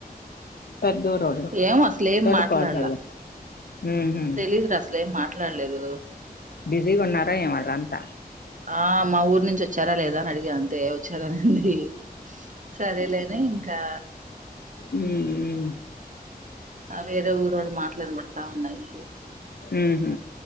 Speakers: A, on the left; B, on the right.
A: పెద్దూరోళ్ళు
B: ఏం అసలేం
A: తోటి
B: మాట్లాడల్ల
A: కాల్ కలుదాం ఉహు
B: తెలీదు ర అసలేం మా మాట్లాల్లేదు
A: బిజీగా ఉన్నారా ఏమి వాళ్ళంత
B: ఆ మా ఊరు నుంచి వచ్చారా లేదా అని అడిగా అంతే వచ్చారాని వుంది సరేలే అని ఇంకా
A: ఊ ఊ
B: అదే వేరే ఊరొళ్ళు మాట్లుఇనబడతా ఉన్నాయి
A: ఊహు